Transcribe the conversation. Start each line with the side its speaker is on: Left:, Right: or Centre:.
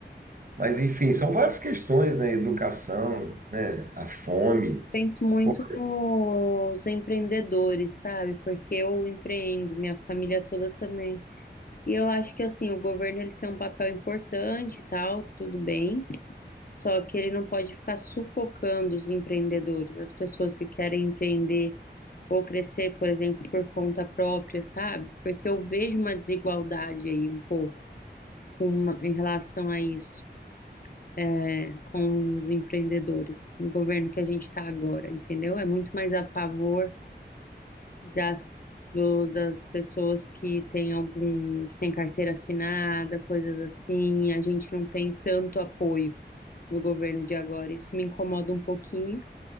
Right: Mas enfim, são várias questões, né? Educação, né? A fome.
Left: Penso muito
Right: Pô,
Left: nos empreendedores, sabe? Porque eu empreendo, minha família toda também. E eu acho que assim, o governo ele tem um papel importante e tal, tudo bem. Só que ele não pode ficar sufocando os empreendedores, as pessoas que querem empreender ou crescer, por exemplo, por conta própria, sabe? Porque eu vejo uma desigualdade aí um pouco com uma- em relação a isso é, com os empreendedores no governo que a gente está agora, entendeu? É muito mais a favor das, do- das pessoas que têm algum, que tem carteira assinada, coisas assim. A gente não tem tanto apoio no governo de agora. Isso me incomoda um pouquinho,